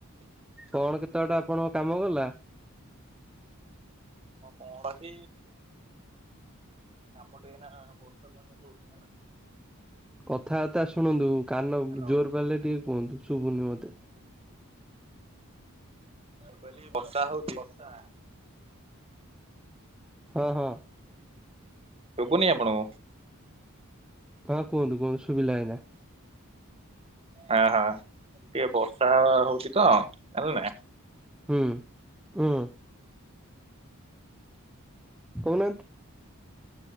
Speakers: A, in the centre; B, on the right.
A: କଣ କେତେବାଟ ଆପଣଙ୍କ କାମ ଗଲା?
B: ହଁ କଣ କି ଆମ ଟେ ଏଇନା ବର୍ଷା ପାଣି ପଡୁଛି ହେଲା।
A: କଥାବାର୍ତ୍ତା ଶୁଣନ୍ତୁ କାନ
B: ହ୍ୟାଲୋ
A: ଜୋର ପାରିଲେ ଟିକେ କୁହନ୍ତୁ ଶୁଭୁନି ମତେ।
B: କହିଲି ବର୍ଷା ହଉଛି ବର୍ଷା।
A: ହଁ ହଁ।
B: ଶୁଭୁନି ଆପଣଙ୍କୁ?
A: ହଁ କୁହନ୍ତୁ କୁହନ୍ତୁ ସୁବିଲା ଏଇନା।
B: ହା ହା ଟିକେ ବର୍ଷା ହଉଚି ତ ହେଲାନା
A: ହୁଁ ହୁଁ। କହୁନାନ୍ତି